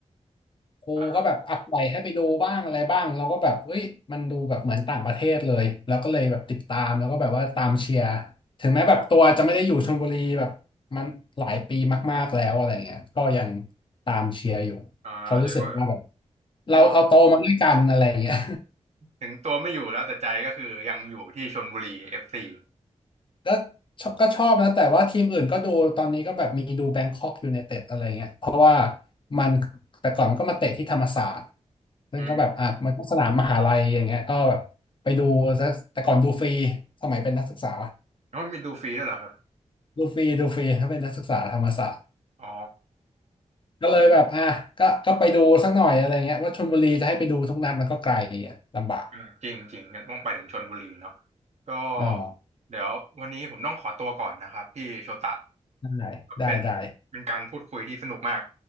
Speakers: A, on the left; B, on the right.
A: ครูก็แบบอัปไลให้ไปดูบ้างอะไรบ้างเราก็แบบเฮ้ยมันดูแบบเหมือนต่างประเทศเลยแล้วก็เลยแบบติดตามแล้วก็แบบว่าตามเชียร์
B: อ่า
A: ถึงแม้แบบตัวจะไม่ได้อยู่ชลบุรีแบบมันหลายปีมากๆแล้วอะไรเงี้ยก็ยังตามเชียร์อยู่เพราะรู้สึกว่าแบบ
B: อ่าเรียกว่า
A: เราเราโตมาด้วยกันอะไรเงี้ย
B: เรียกว่าถึงตัวไม่อยู่แล้วแต่ใจก็คือยังอยู่ที่ชลบุรีเอฟซี
A: ก็ชอบก็ชอบนะแต่ว่าทีมอื่นก็ดูตอนนี้ก็แบบมีดูแบงคอกยู n นเต็ดอะไรเงี้ยเพราะว่ามันแต่ก่อนมันก็มาเตะที่ธรรมศาสตร์ซึ่งก็แบบอ่ะมันก็สนามมหาลัยอย่างเงี้ยก็แบบไปดูซะแต่ก่อนดูฟรี
B: อืม
A: สมัยเป็นนักศึกษา
B: แล้วมันมีดูฟรีด้วยเหรอครับ
A: ดูฟรีดูฟรีถ้าเป็นนักศึกษาธรรมศาสตร์
B: อ๋อ
A: ก็เลยแบบอ่ะก็ก็ไปดูสักหน่อยอะไรเงี้ยว่าชลบุรีจะให้ไปดูทุกนัดมันก็ไกลอ่ะลำบาก
B: อืมจริงจริงงั้นต้องไปถึงชลบุรีเนาะก็
A: อ๋อ
B: เดี๋ยววันนี้ผมต้องขอตัวก่อนนะครับพี่โชตะ
A: ได้ได้ได้
B: ก็เป็นเป็นการพูดคุยที่สนุกมาก